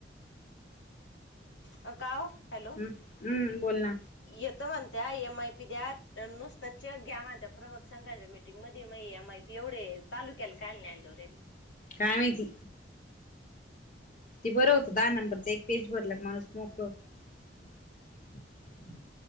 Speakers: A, on the left; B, on the left.
A: अ काओ हॅलो
B: हम् हम्म बोल ना
A: येतो म्हणतिया ए माय ते द्या नुसत चेक घ्या म्हणत्यात, प्रभाग संघाच्या मीटिंग मधे म माय एवढे तालुक्याला कायला नाही आणलं रे
B: काय माहिती ती बरं होती.? धा नंबरच एक पेज भरला की माणूस मोकळं होतं.